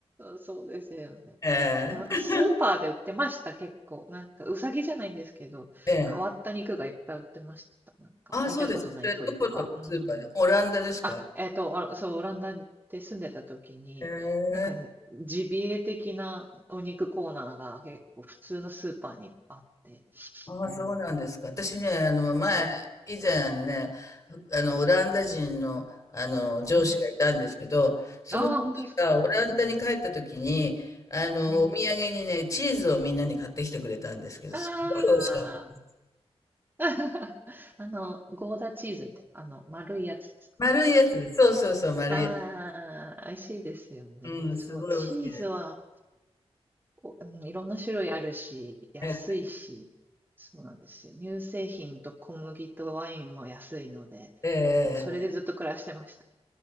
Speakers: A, on the right; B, on the left.
A: そうですよね。
B: ええ
A: でもなんかスーパーで売ってました、結構。なんかうさぎじゃないんですけど、
B: ええ。
A: 変わった肉がいっぱい売ってました。なんか見たことない鳥とか。
B: あ、そうです。それ、どこのスーパーで、
A: うん。
B: オランダですか
A: あ、えっと、あそう、オランダで住んでた時に、
B: ええ。
A: なんかに、ジビエ的なお肉コーナーが結構普通のスーパーにあって、
B: ああ、
A: うん。
B: そうなんですか。私ね、あの、前、
A: うん。
B: 以前ね、あの、オランダ人の、あの、上司がいたんですけど、
A: うん。
B: その上司がオランダに帰った時に、
A: ああ、本当ですか。
B: あの、
A: うん。
B: お土産にね、チーズをみんなに買ってきてくれたんですけど、
A: あ
B: すごい美味しかった。
A: あ。<laughs> あの、ゴーダチーズみたいな、あの、丸いやつですか。
B: 丸いやつです。そうそうそう、丸いやつ。
A: ああ、美味しいですよね。
B: うん、
A: そう、
B: すごい美味しいです。
A: チーズは、おうん、いろんな種類あるし、安いし、
B: ええ、
A: そうなんですよ。乳製品と小麦とワインも安いので、
B: ええ、
A: もうそれでずっと暮らしてました。
B: ええ